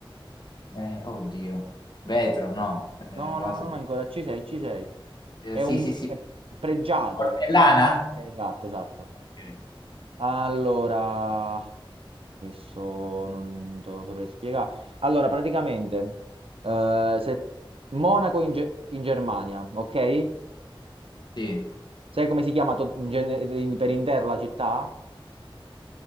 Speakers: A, on the left (about 50°); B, on the right (about 85°).
A: eh, oddio, vetro, no, eh,
B: No,
A: vaso
B: no, non
A: di...
B: ancora. Ci sei, ci sei.
A: eh,
B: È
A: sì,
B: un
A: sì, sì,
B: è pregiato.
A: portellana?
B: Esatto, esatto.
A: Ok.
B: Allora, Questo non te lo saprei spiegare. Allora, praticamente, eh, se Monaco in, Ge- in Germania, ok?
A: Sì,
B: Sai come si chiama to- in gene- in- per intero la città?